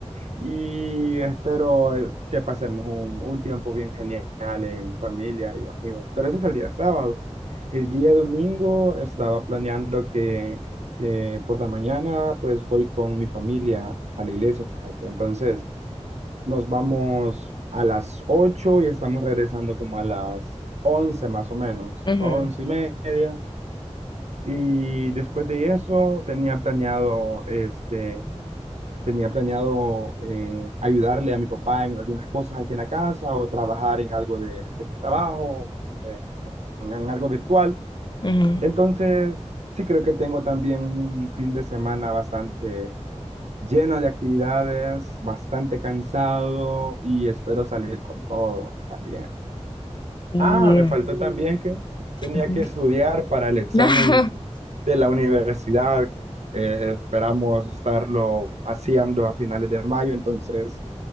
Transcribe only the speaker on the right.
y espero eh, que pasemos un, un tiempo bien genial en familia y amigos. Pero ese es el día sábado. El día domingo estaba planeando que eh, por la mañana pues voy con mi familia a la iglesia, fíjate. Entonces nos vamos a las 8 y estamos regresando como a las 11 más o menos,
11 y media. Y después de eso tenía planeado este Tenía planeado eh, ayudarle a mi papá en algunas cosas aquí en la casa o trabajar en algo de, de mi trabajo, en, en- en algo virtual.
Entonces, sí creo que tengo también un fin de semana bastante lleno de actividades, bastante cansado y espero salir con todo también.
Ah, me faltó también que tenía
que estudiar para el examen
de la universidad, que eh, esperamos estarlo haciendo a finales de mayo, entonces